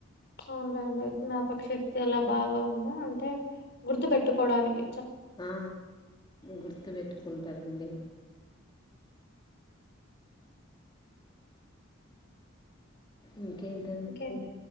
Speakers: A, on the left; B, on the left.
A: అవునండి జ్ఞాపక శక్తి అలా బాగా ఉందా అంటే గుర్తు పెెట్టుకోవడానికి
B: ఆ గుర్తుపెట్టుకుంటారండి ఇంకేంట
A: ఇంకే